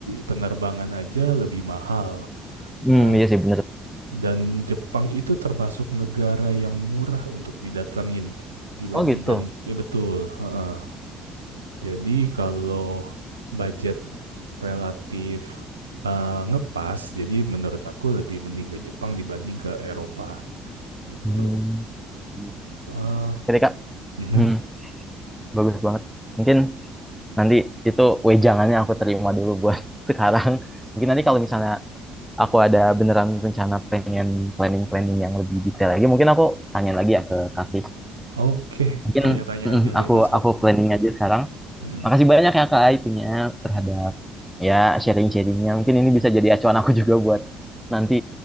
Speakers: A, on the right; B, in the centre.
A: penerbangan aja lebih mahal.
B: hmm
A: Nah,
B: iya sih bener
A: dan Jepang itu termasuk negara yang murah untuk didatengin dibandingkan,
B: oh gitu
A: ya betul. heeh. Jadi kalau budget relatif eh, ngepas, jadi menurut aku lebih mending ke Jepang dibanding ke Eropa gitu.
B: hmm bener.
A: eh
B: Oke deh, Kak.
A: mhm.
B: hmm bagus banget mungkin nanti itu wejangannya aku terima dulu buat <laughs> sekarang mungkin nanti kalau misalnya aku ada beneran rencana pengen planning planning yang lebih detail lagi mungkin aku tanya lagi ya ke Kak Kris.
A: Oke,
B: mungkin
A: tanya-tanya
B: mm,
A: aja bebas
B: aku
A: kok.
B: aku planning aja sekarang
A: Mhm.
B: Makasih banyak ya Kak itunya terhadap ya sharing-sharingnya. Mungkin ini bisa jadi acuan aku <laughs> juga buat nanti